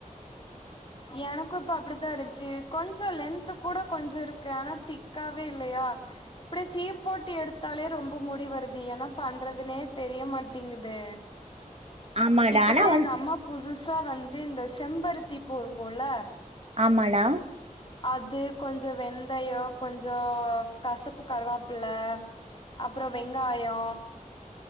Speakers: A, on the left; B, on the right.
A: எனக்கு இப்ப அப்டிதா இருன்ச்சு கொஞ்ச லென்த் கூட கொஞ்ச இருக்கு ஆனா திக்காவே இல்லையா இப்டி சீப் போட்டி எடுத்தாலே ரொம்ப முடி வருது எனா பண்றதுனே தெரியமாட்டேங்குது
B: ஆமாடா
A: இப்பதா
B: ஆனா வந்
A: எங்க அம்மா புதுசா வந்து இந்த செம்பருத்தி பூ இருக்குல
B: ஆமாடா
A: அது கொஞ்ச வெந்தயோ கொஞ்சோ கசப்பு கருவாப்பில்ல அப்றோ வெங்காயோ